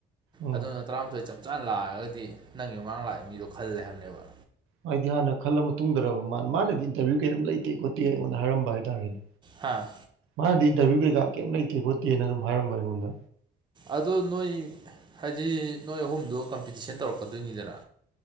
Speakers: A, on the right (about 75°); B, on the right (about 20°).
A: ꯎꯝ
B: ꯑꯗꯨꯅ ꯇꯔꯥꯃꯥꯊꯣꯏ ꯆꯞ ꯆꯥꯅ ꯂꯥꯛꯑꯒꯗꯤ ꯅꯪꯒꯤ ꯃꯃꯥꯡ ꯂꯥꯛꯏ ꯃꯤꯗꯣ ꯈꯜꯂꯦ ꯍꯥꯏꯕꯅꯦꯕ
A: ꯍꯥꯏꯗꯤ ꯍꯥꯟꯅ ꯈꯜꯂ ꯃꯇꯨꯡꯨꯡꯗꯔꯕ ꯃꯥ ꯃꯥꯅꯗꯤ ꯏꯟꯇꯔꯚꯤꯌꯨ ꯀꯌꯦꯝ ꯂꯩꯇꯦ ꯈꯣꯠꯇꯦ ꯑꯩꯉꯣꯟꯗ ꯍꯥꯏꯔꯝꯕ ꯍꯥꯏꯇꯥꯔꯦꯅꯦ
B: ꯍꯥ
A: ꯃꯥꯅꯗꯤ ꯏꯟꯇꯔꯚꯤꯌꯨ ꯀꯩꯀꯥ ꯀꯩꯝ ꯂꯩꯇꯦ ꯈꯣꯠꯇꯦꯅ ꯑꯗꯨꯝ ꯍꯥꯏꯔꯝꯕ ꯑꯩꯉꯣꯟꯗ
B: ꯑꯗꯣ ꯅꯣꯏ ꯍꯥꯏꯗꯤ ꯅꯣꯏ ꯑꯍꯨꯝꯗꯣ ꯀꯝꯄꯤꯇꯤꯁꯟ ꯇꯧꯔꯛꯀꯗꯣꯏꯅꯤꯗꯅ